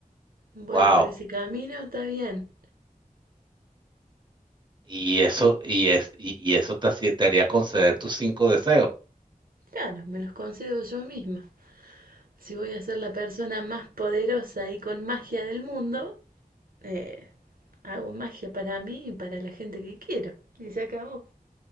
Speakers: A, on the right (about 80°); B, on the right (about 30°).
A: Voy
B: Wow.
A: por ese camino, está bien.
B: Y eso, y es, y, y eso te, haci- te haría conceder tus cinco deseos.
A: Claro, me los concedo yo misma. Si voy a ser la persona más poderosa y con magia del mundo, eh, hago magia para mí y para la gente que quiero. Y se acabó.